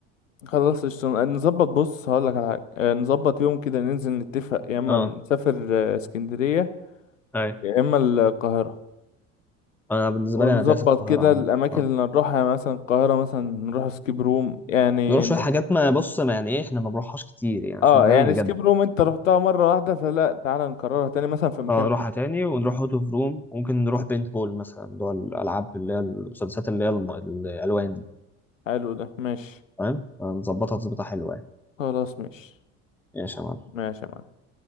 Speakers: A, on the left; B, in the centre.
A: خلاص قشطة آه، نظبط بص هقول لك على حاجة آه، نظبط يوم كده ننزل نتفق يا اما
B: اه
A: نسافر آه، اسكندرية
B: اي
A: يا اما القاهرة
B: انا بالنسبه
A: ونظبط
B: لي انا دايس القاهره
A: كده
B: عامه
A: الأماكن
B: اه
A: اللي نروحها يعني مثلا القاهرة مثلا نروح سكيب روم يعني
B: نروح شويه
A: نروح
B: حاجات ما بص ما يعني ايه احنا ما بنروحهاش كتير يعني عشان
A: اه
B: فاهم
A: يعني
B: نجد
A: سكيب روم انت رحتها مرة واحدة فلا تعالى نكررها تاني مثلا في مكان
B: اه نروحها
A: تاني.
B: تاني ونروح اوت اوف روم ممكن نروح بينت بول مثلا اللي هو الالعاب اللي هي المسدسات اللي هي الم- الالوان دي
A: حلو ده ماشي
B: فاهم آه، نظبطها تظبطها حلوه يعني
A: خلاص ماشي
B: ماشي يا معلم
A: ماشي يا معلم.